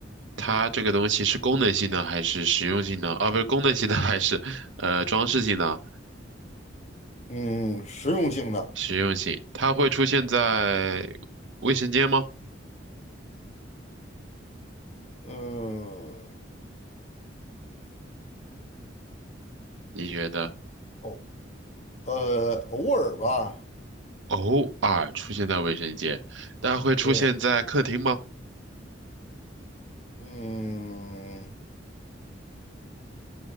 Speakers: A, on the right; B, on the left.
A: 它这个东西是功能性的还是实用性的？啊，不是功能性的还是呃装饰性的？
B: 嗯，实用性的，
A: 实用性，它会出现在卫生间吗？
B: 嗯，
A: 你觉得
B: 偶呃偶尔吧，
A: 偶尔出现在卫生间，但会出现在客厅吗？
B: 对，嗯，